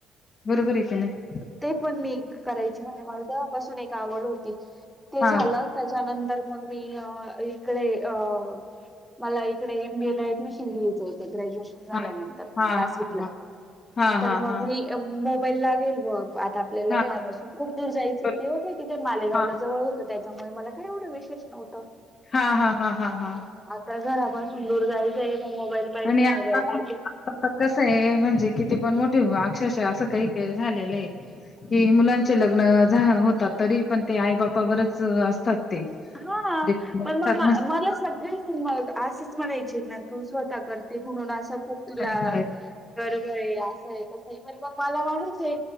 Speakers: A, on the left; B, in the centre.
A: बरोबर आहे का नाही
B: ते पण मी करायची म्हणजे मला तेव्हापासून एक आवड होती ते
A: हां,
B: झालं त्याच्यानंतर मग मी अ इकडे अ मला इकडे एम बीए डमिशन घ्यायचं होत ग्रॅज्युएशन झाल्या
A: हां,
B: नंतर
A: हां,
B: नाशिकला
A: हां, हां, हां,
B: तर मग
A: हां, हां, हां, हां,
B: म मोबाईल लागेल व आता आपल्याला
A: हां,
B: घरा बसून खूप दूर जायचे
A: बरोबर.
B: ते होते की ते मालेगावला
A: हां,
B: जवळ होतं त्याच्यामुळे मला काय एवढं विशेष नव्हतं
A: हा हा हा हा हा
B: घरापासून दूर जायचं आहे का मोबाईल पाहिजे
A: आणि आता
B: मोबाईल पाहिजे
A: आता कस आहे म्हणजे किती पण मोठे अक्षश असं काही काही झालेलं आहे कि मुलांचे लग्न झा होतात तरी पण ते आई बापावरच असतात ते.
B: हा
A: डिपेंड
B: पण
A: असतात
B: मग
A: म्हणजे
B: मला सगळे मग असंच म्हणायचे ना तू स्वतः करते म्हणून असं खूप तुला
A: काही करायचं
B: गर्व आहे असं आहे तसं आहे पण मग मला वाटच आहे